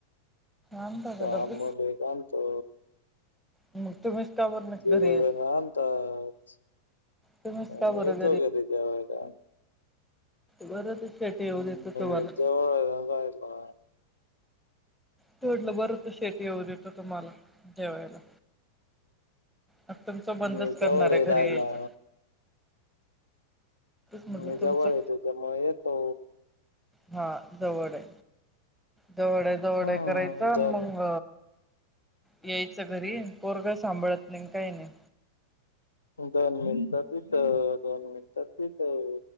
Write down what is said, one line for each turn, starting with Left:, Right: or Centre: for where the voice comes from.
Centre: आणता का
Left: तत आम्ही
Centre: डबे
Left: म्हणले का आणतो.
Centre: मग तुम्हीच का बरं नाही
Left: तिघजण
Centre: घरी येत?
Left: आणतात.
Centre: तुम्हीच
Left: मग
Centre: का बरं
Left: येतोय घरी जेवायला काय
Centre: बरंच ते शेठ येऊन देतं तुम्हाला.
Left: मी जवळ राहिला
Centre: सोडलं बरं होत शेठ येऊ देत तुम्हाला जेवायला. आ तुमचं बंदच
Left: मी
Centre: करणार
Left: जवळ
Centre: आहे घरी
Left: राहायला
Centre: यायच. म्हटलं
Left: मी जवळ
Centre: तुमचं
Left: येते त्या म येतो.
Centre: हा जवळय जवळ जवळ
Left: हम्म
Centre: करायच आणि
Left: दोन
Centre: मंग यायचं घरी पोरग सांभाळत नाही काही नाही.
Left: दोन मिनिटात हित दोन मिनिटात तिथं.